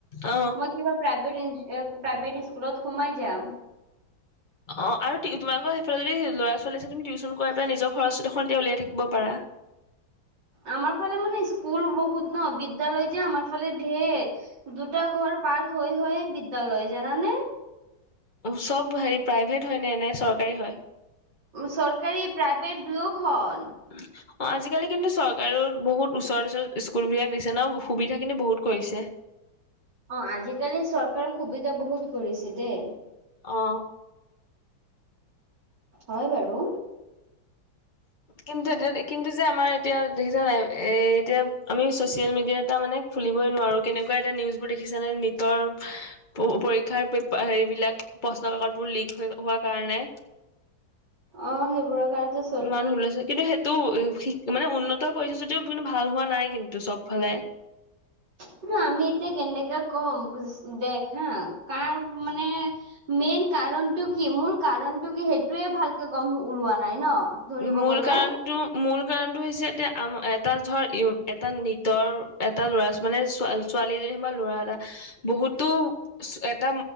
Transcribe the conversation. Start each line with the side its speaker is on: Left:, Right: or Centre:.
Left: অ
Right: মই কিবা প্ৰাইভেট ইন এ প্ৰাইভেট স্কুলত সোমাই যাম।
Left: অ', আৰু তোমালোকৰ সেইাফালে যদি ল'ৰা-ছোৱালী আছে তুমি তিউচন কৰাই পেলাই নিজৰ খৰচটো দেখোন এতিয়া উলিয়াই থাকিব পাৰা।
Right: আমাৰ ফালে মানে স্কুল বহুত ন, বিদ্যালয় যে আমাৰ ফালে ধেৰ। দুটা ঘৰ পাৰ হৈ হৈয়ে বিদ্যালয়, জানানে?
Left: চব হেৰি প্ৰাইভেট হয় নে, নে চৰকাৰী হয়?
Right: চৰকাৰী, প্ৰাইভেট দুয়োখন।
Left: <inaudible> অ', আজিকালি কিন্তু চৰকাৰেও বহুত ওচৰত ওচৰত স্কুল বিলাক দিছে ন? সুবিধা কিন্তু বহুত কৰিছে।
Right: অ', আজিকালি চৰকাৰে সুবিধা বহুত কৰিছে দেই।
Left: অ'।
Right: হয় বাৰু।
Left: কিন্তু এতিয়া কিন্তু যে আমাৰ এতিয়া দেখিছা নাই? এ এতিয়া আমি চচিয়েল মিডিয়া এটা মানে খুলিবই নোৱাৰো কেনেকুৱা এটা নিউজ বোৰ দেখিছানে? নিতৰ প-পৰীক্ষাৰ পেপা হেৰিবলাক প্ৰশ্ন কাকত বোৰ লিক হৈ-হোৱা কাৰণে
Right: অ', সেইবোৰ কাৰনেটো চ
Left: ইমান হুলস্থূল, কিন্তু সেইটো মানে উন্নত কৰিছে যদিও কিন্তু ভাল হোৱা নাই কিন্তু চবফালে।
Right: কিন্ত আমি এতিয়া কেনেকে কম? দেখ হা কাৰ মানে মেইন কাৰণটো কি, মূল কাৰণটো কি সেইটোয়ে ভালকে গম ওলোৱা নাই ন? ধৰিব
Left: মূল
Right: গলে
Left: কাৰণটো মূল কাৰণটো হৈছে, এতিয়া আমৰ এটা ধৰ এটা নিটৰ এটা ল'ৰা মানে ছোৱালী ছোৱালীজনী সিমান ল'ৰা এটা বহুতো এটা